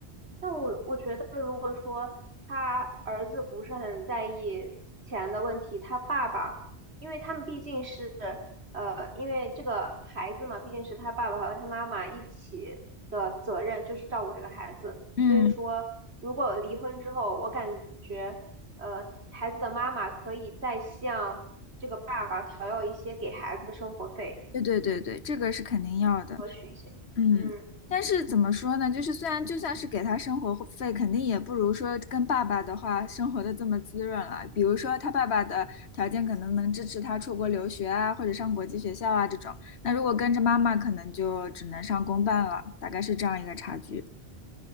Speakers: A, on the right; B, on the left.
A: 但我我觉得，如果说他儿子不是很在意钱的问题，他爸爸，因为他们毕竟是呃，因为这个孩子嘛，毕竟是他爸爸和他妈妈一起的责任，就是照顾这个孩子。
B: 嗯，
A: 所以说，如果离婚之后，我感觉呃，孩子的妈妈可以再向这个爸爸讨要一些给孩子的生活费，
B: 对对对对，这个是肯定要的。
A: 多取一些。
B: 嗯，
A: 嗯，
B: 但是怎么说呢？就是虽然就算是给他生活费，肯定也不如说跟爸爸的话生活的这么滋润了。比如说他爸爸的条件可能能支持他出国留学啊，或者上国际学校啊这种。那如果跟着妈妈，可能就只能上公办了，大概是这样一个差距。